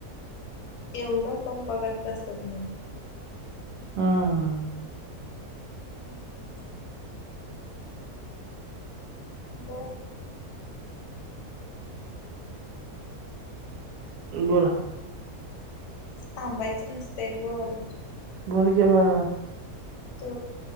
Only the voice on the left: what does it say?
एवढं कोण बघत बसत नाही.
हम्म. बत
थांबायचं नसतय बोल.
त